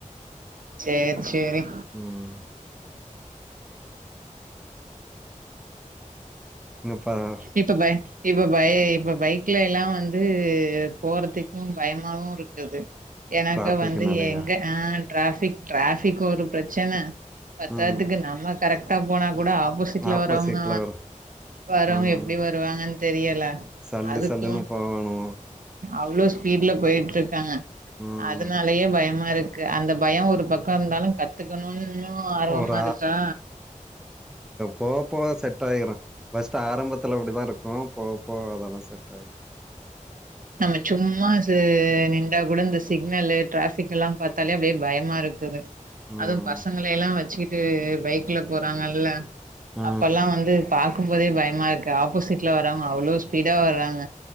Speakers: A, on the right; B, in the centre.
A: சேரி சேரி
B: ம் முப்பதா
A: இப்ப பய இப்ப பய இப்ப பைக்ல எல்லா வந்து போறதுக்கும் பயமாவு இருக்குது எனக்க
B: டிராஃபிக்னாலயா
A: வந்து எங்க ஆ ட்ராபிக் ட்ராபிக் ஒரு பிரச்சன பத்தாதுக்கு
B: ம்
A: நம்ம கரெக்ட் டா போனா கூட ஆப்போசிட்ல
B: ஆப்போசிட்டில்
A: வரவங்க
B: வரும்
A: வரவங்க
B: ம்
A: எப் டி வருவாங்கனு தெரியல
B: சல்லு
A: அதுக்கும்
B: சல்லுன்னு போகணும்
A: அவ்ளோ ஸ்பீட்ல போய்ட்டிருக்காங்க
B: ம்
A: அதனாலயே பயமா இருக்கு அந்த பயோ ஒரு பக்கோ இருந்தாலு கத் கத்துக்கணுனு இன்னு ஆர்வமா
B: ஒரு
A: இருக்கா
B: போவ போவ செட் ஆயிரு ஃபர்ஸ்ட் ஆரம்பத்தல அப்டி தா இருக்கு போவ போவ அதெல்லா செட் ஆயிரு
A: நம்ம சும்மா ச நின்டா கூட இந்த சிக்னல்லு ட்ராஃபிக் எல்லா பாத்தாலே அப்டியே பயமா இருக்குது
B: ம்
A: அதுவு பசங்களை எல்லா வச்சிட்டு பைக்ல போறாங்கல்ல
B: ஆ
A: அப்பலா வந்து பாக்கும்போதே பயமா இருக்கு ஆப்போசிட்ல வரவங்க அவ்ளோ ஸ்பீடா வராங்க